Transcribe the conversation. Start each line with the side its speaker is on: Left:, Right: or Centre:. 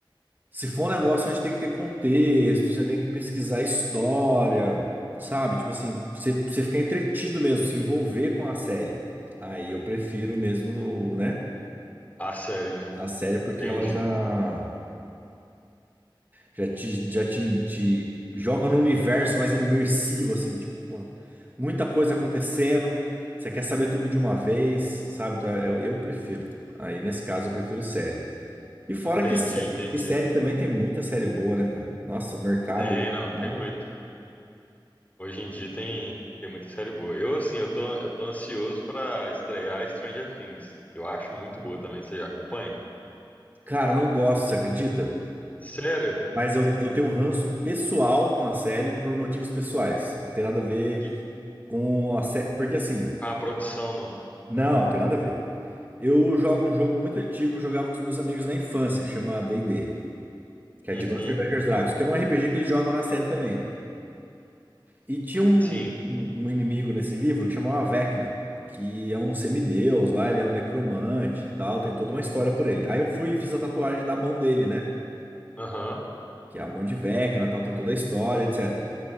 Right: se for um negócio onde tem que ter contexto, você tem que pesquisar a história, sabe? Tipo assim, você, você ficar entretido mesmo, se envolver com a série. Aí eu prefiro mesmo, né?
Left: A série, né?
Right: A série, porque
Left: Entendi.
Right: ela já. Já te, já te, te joga no universo mais imersivo, assim, tipo, pô, muita coisa acontecendo, você quer saber tudo de uma vez, sabe? Então, eu, eu prefiro. Aí, nesse caso, eu prefiro série. E fora
Left: Entendi,
Right: que série,
Left: entendi.
Right: que série também tem muita série boa, né, cara? Nossa, o mercado.
Left: Tem, não, tem
Right: tá?
Left: muito. Hoje em dia tem, tem muita série boa. Eu, assim, eu tô, eu tô ansioso pra estrear Stranger Things. Eu acho muito boa também. Você já acompanha?
Right: Cara, não gosto, você acredita?
Left: Sério?
Right: Mas eu, eu tenho um ranço pessoal com a série por motivos pessoais. Não tem nada a ver
Left: Que...
Right: com a série. Porque assim,
Left: Com a produção, não.
Right: não, não tem nada a ver. Eu jogo um jogo muito antigo que eu jogava com os meus amigos na infância, que chama D&D, que é
Left: Uhum,
Right: Advanced Dungeons and Dragons, que é um RPG que eles jogam na série também. E tinha um,
Left: sim.
Right: um um inimigo nesse livro que chamava Vecna, que é um semideus lá, ele é um necromante e tal, tem toda uma história por ele. Aí eu fui e fiz a tatuagem da mão dele, né?
Left: Aham.
Right: Que é a mão de Vecna, tal, tem toda a história, etc.